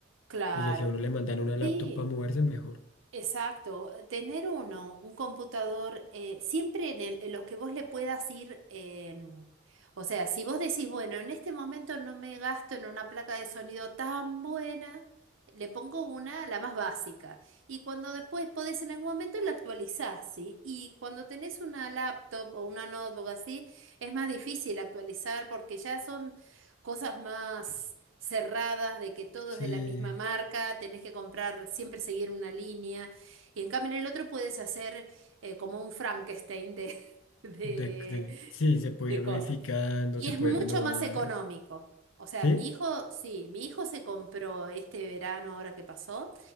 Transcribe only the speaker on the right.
claro.
Sí.
Exacto, tener uno, un computador, eh, siempre en, el- en los que vos le puedas ir, em, o sea, si vos decís, bueno, en este momento no me gasto en una placa de sonido tan buena, le pongo una, la más básica, y cuando después podés en algún momento la actualizás, ¿sí? Y cuando tenés una laptop o una notebook así, es más difícil actualizar porque ya son cosas más cerradas, de que todo
es de la misma marca, tenés que comprar, siempre seguir una línea. Y en cambio en el otro puedes hacer eh, como un Frankenstein de, <laughs> de,
de
cosas.
Y
es
mucho
más económico. O sea,
mi hijo, sí, mi hijo se compró este verano, ahora que pasó,